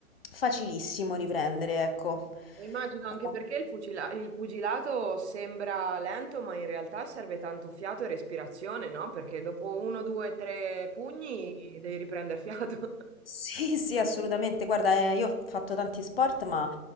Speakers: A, on the left; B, on the right.
A: facilissimo riprendere, ecco.
B: Immagino
A: Però-
B: anche perché il fucila- il pugilato sembra lento, ma in realtà serve tanto fiato e respirazione, no? Perché dopo uno, due, tre pugni devi riprendere fiato. <laughs>
A: Sì, sì, assolutamente. Guarda, eh, io ho fatto tanti sport, ma